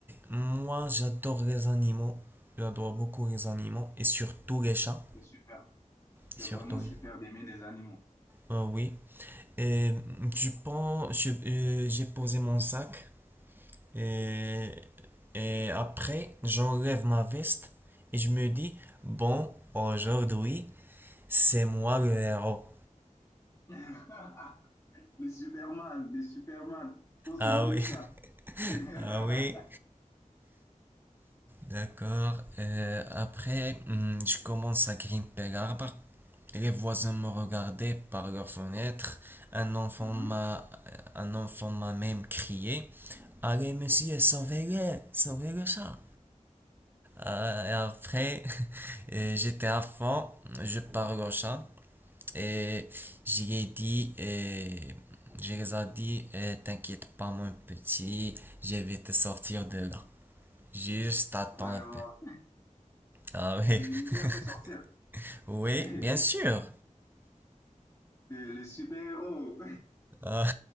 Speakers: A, on the right; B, on the left.
A: Moi, j'adore les animaux. J'adore beaucoup les animaux. Et surtout les chats.
B: Ah, C'est super. C'est
A: Et surtout
B: vraiment super
A: les...
B: d'aimer les animaux.
A: Ah oui. Et je pense, je- euh, j'ai posé mon sac. Et, et après, j'enlève ma veste. Et je me dis, bon, aujourd'hui, c'est moi le héros.
B: <laughs> Le Superman, le Superman, pour sauver
A: Ah
B: le
A: oui.
B: chat.
A: <laughs> Ah
B: <laughs>
A: oui, d'accord. Euh, après, hmm, je commence à grimper l'arbre. Les voisins me regardaient par leur fenêtre. Un enfant
B: Mhm,
A: m'a, euh, un enfant m'a même crié, Allez, monsieur, sauvez-le, sauvez le chat. Euh, et après, <laughs> euh, j'étais à fond, je parle au chat et j'ai dit, euh, je les ai dit, Euh, t'inquiète pas, mon petit, je vais te sortir de là. Juste attends
B: Vraiment.
A: un peu. Ah oui,
B: Et, et tu
A: <laughs>
B: l'as fait sortir.
A: oui,
B: <laughs>
A: bien sûr.
B: Le, le super-héros.
A: Ah,